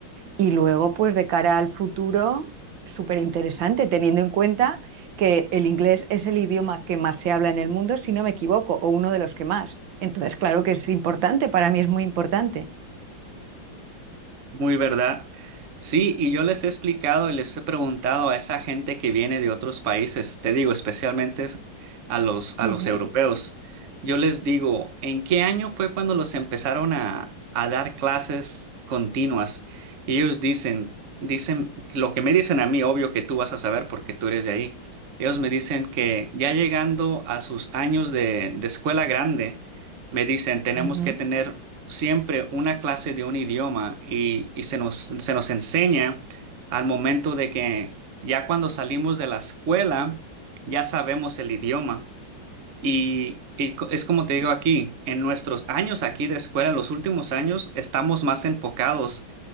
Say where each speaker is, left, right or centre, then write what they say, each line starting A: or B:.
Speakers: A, on the right; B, on the right.
A: y luego pues de cara al futuro, súper interesante, teniendo en cuenta que el inglés es el idioma que más se habla en el mundo, si no me equivoco, o uno de los que más. Entonces, claro que es importante, para mí es muy importante.
B: Muy verdad. Sí, y yo les he explicado y les he preguntado a esa gente que viene de otros países, te digo, especialmente es- a los, a
A: Ujú,
B: los europeos. Yo les digo, ¿en qué año fue cuando los empezaron a, a dar clases continuas? Y ellos dicen, dicen, lo que me dicen a mí, obvio que tú vas a saber porque tú eres de ahí. Ellos me dicen que ya llegando a sus años de, de escuela grande, me dicen, tenemos
A: ujú,
B: que tener siempre una clase de un idioma y, y se nos, se nos enseña al momento de que ya cuando salimos de la escuela, ya sabemos el idioma. Y, y co- es como te digo aquí, en nuestros años aquí de escuela, en los últimos años, estamos más enfocados